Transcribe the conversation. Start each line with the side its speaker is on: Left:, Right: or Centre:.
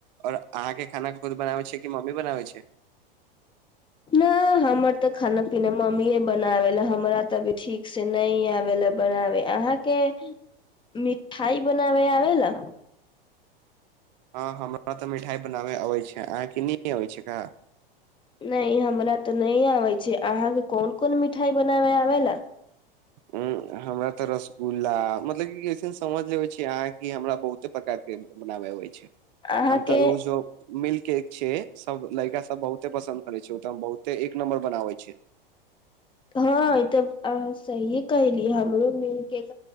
Right: और अहाँ के खाना खुद बनाबे छी कि मम्मी बनाबे छै
Left: न हमर तऽ खाना पीना मम्मीए बनाबेला हमरा तऽ ठीक से नहि आबे ले बनाबे अहाँके मिठाइ बनाबे आबे ला
Right: हँ हमरा तऽ मिठाइ बनाबय अबैत छै अहाँके नहि अबैत छै का
Left: नहि हमरा तऽ नहि आबै छै अहाँके कोन कोन मिठाइ बनाबै आबै लए
Right: ह हमरा तऽरस बुला मतलब कि अइसन समझ लेबे छी अहाँ कि हमरा बहुते प्रकार के बनाबे आबै छै
Left: अहाँके
Right: हम तऽ ओ जो मिल् केक छै सब लड़का सब बहुते पसन्द करे छै ओ त बहुते एक नमर मरो बनाबै छै
Left: हँ ई तऽ अहाँ सहीये कहली हमरो मिलके